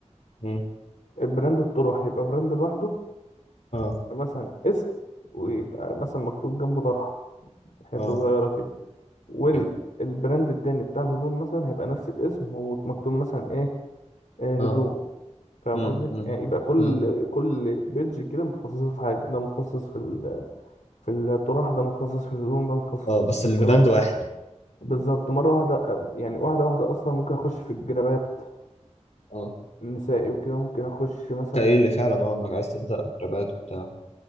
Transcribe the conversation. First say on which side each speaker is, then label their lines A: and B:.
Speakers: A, on the left (about 65°); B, on the left (about 85°).
A: امم
B: براند الطرح يبقى براند لوحده
A: اه
B: مثلا اسم ويبقى مثلا مكتوب جنبه طرحه حته
A: اه
B: صغيره كده والبراند
A: ايه
B: التاني بتاع الهدوم مثلا هيبقى نفس الاسم ومكتوب مثلا ايه آه، هدوم
A: اه
B: فاهم
A: امم
B: قصدي
A: امم
B: يعني يبقى كل
A: امم
B: كل بيدج كده متخصصه في حاجه ده متخصص في ال... في الطرح ده متخصص في الهدوم ده متخصص
A: اه
B: في
A: بس
B: الاكسسوارات
A: البراند واحد يعني
B: بالظبط مره واحده يعني واحده واحده اصلا ممكن اخش في الجرابات
A: اه
B: النسائي وكده ممكن اخش مثلا
A: انت ايه اللي فعلا اه انك عايز تبدأ الربات وبتاع